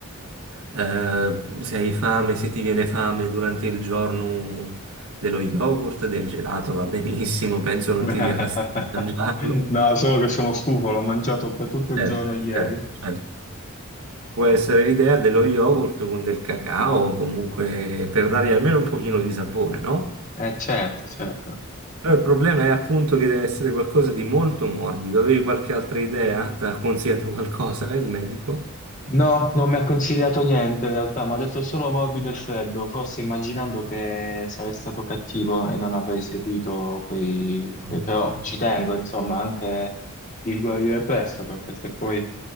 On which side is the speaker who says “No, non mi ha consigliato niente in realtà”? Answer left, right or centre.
Left